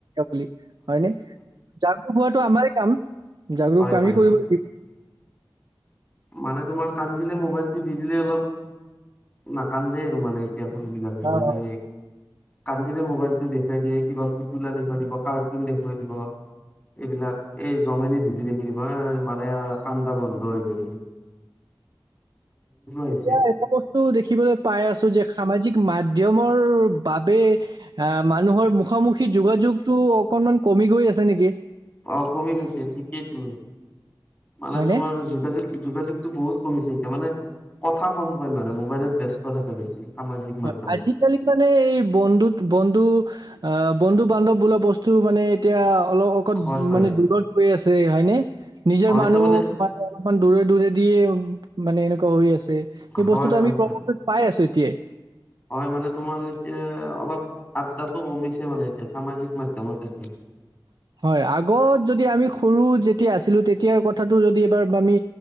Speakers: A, on the right; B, on the left.
A: বুলিি হয় নাই জাগৰক হোৱাটো আমাৰ কাম জাগৰক
B: হয়
A: আামি
B: হয়
A: কৰিব
B: হয়
A: লাগিব
B: মানে তোমাৰ কান্দিলে মোবাইলটো দি দিলে অলপ নাকান্দে আৰু মানে। <unintelligible> গ বিলাকে
A: অ অ
B: মানে কান্দিৰে মবাইলটো দেখুৱাই দিয়ে কিবা পুতুলা দেখুৱাই দিব কাৰ্ুন দেখুৱাই দিব এইবিলাক এই জমেনি ভিজ দেখিনিব মাৰে কান্দা বন্ধ হৈ যি হৈছে
A: এতিয়া এটা বস্তু দেখিবলৈ পাই আছো যে সামাজিক মাধ্যমৰ বাবে মানুহৰ মুখামুখি যোগাযোগটো অকমান তুমি গৈ আছ নেকি
B: অ', কমি গৈছে ঠিকেই তুমি মানে
A: হয়নে
B: তোমাৰ যোগাযোগ, যোগাযোগটো বহুত কমিছে এতিয়া মানে কথা কমকৈ মানে মোবাইলত ব্যস্ত থাকে বেছি। সামাজিক
A: হয়
B: মাধ্যমত
A: আজিকালি মানে এই বন্ধু, বন্ধু অ বন্ধু বান্ধৱ বোলা বস্তু মানে এতিয়া অলপ অকত
B: হয় হয়
A: মানে দূৰত পৰি আছে তে হয়নে? নিজৰ
B: হয়
A: মানুহ
B: তাৰমানে
A: মানে অলপমান দূৰে, দূৰে দিয়ে ম-মানে এনেকুৱা হৈ আছে। তে এই
B: হয়
A: বস্তুতটো
B: হয়
A: আমি
B: হয়
A: <inaudible> পাই আছোঁ এতিয়াই।
B: হয় মানে তোমাৰ এতিয়া অলপ আড্ডাতটো কমিছে মানে এতিয়া সামাজিক মাধ্যমতেছে
A: <inaudible> হয় আগত যদি আমি সৰু যেতিয়া আছিলো তেতিয়াৰ কথাটো যদি এবাৰ আমি